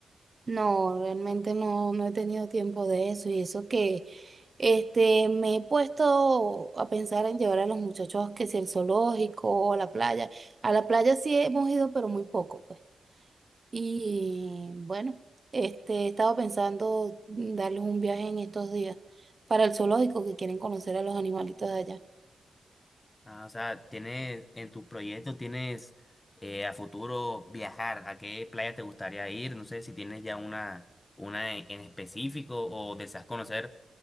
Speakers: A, on the right; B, on the left.
A: No, realmente no, no he tenido tiempo de eso y eso que este, me he puesto a pensar en llevar a los muchachos que si el zoológico o la playa. A la playa sí hemos ido, pero muy poco. Y bueno, este, he estado pensando mm, darles un viaje en estos días para el zoológico que quieren conocer a los animalitos de allá.
B: Ah, o sea, tienes en tu proyecto, tienes eh, a futuro viajar. ¿A qué playa te gustaría ir? No sé si tienes ya una, una en en específico o deseas conocer